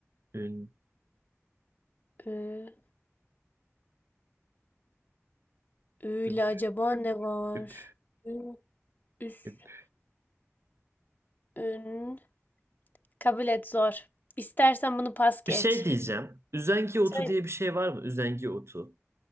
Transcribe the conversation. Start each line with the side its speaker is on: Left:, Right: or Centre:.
Right: ün,
Left: Ee, öyle
Right: üp,
Left: acaba ne var?
Right: üp,
Left: Ü- Üst.
Right: üp.
Left: Ün. Kabul et zor. İstersen bunu pas geç.
Right: Bir şey diyeceğim. Üzengi otu
Left: Sen-
Right: diye bir şey var mı? Üzengi otu.